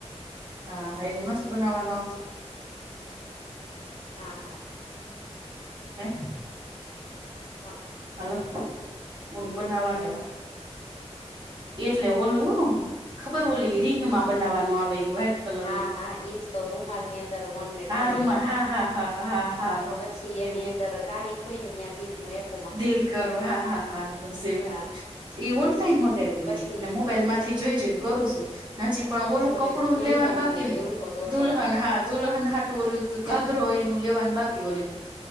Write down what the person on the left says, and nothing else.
હા હા.
હા હ.
એવા
હા હા એજ તો રૂમાલ ની અંદર વન ને
ટુ
સી એની
અંદર તારીખ હોયને યા બિલનો એક.
હા
પછી
પછી
ઓલે
દુલ્હન
ને
દુલ્હો દોરવાનો